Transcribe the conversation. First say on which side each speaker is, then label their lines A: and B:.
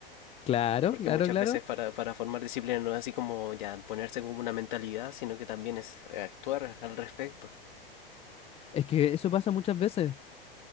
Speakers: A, on the left; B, on the left.
A: Claro,
B: Porque
A: claro,
B: muchas
A: claro.
B: veces para, para formar disciplina no es así como ya ponerse como una mentalidad, sino que también es eh, actuar al respecto.
A: Es que eso pasa muchas veces.